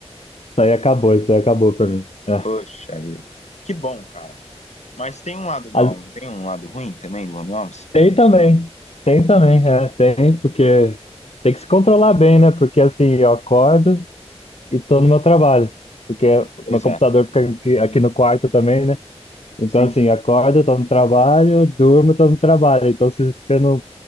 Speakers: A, on the left; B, on the left.
A: aí acabou, isso aí acabou pra mim. É.
B: Poxa vida. Que bom, cara. Mas tem um lado mal,
A: As-
B: não tem um lado ruim também do home office?
A: Tem também, tem também, é, tem, porque tem que se controlar bem, né? Porque assim, eu acordo e tô no meu trabalho. Porque
B: Pois
A: meu computador
B: é,
A: fica aqui, aqui no quarto também, né? Então,
B: sim,
A: assim, acordo, tô no trabalho, durmo, tô no trabalho. Então, se você não